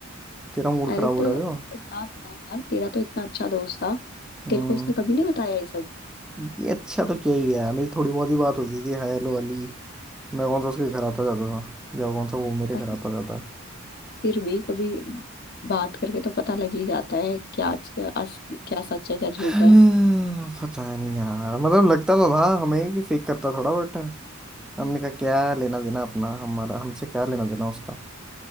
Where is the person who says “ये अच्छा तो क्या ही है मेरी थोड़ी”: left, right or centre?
Centre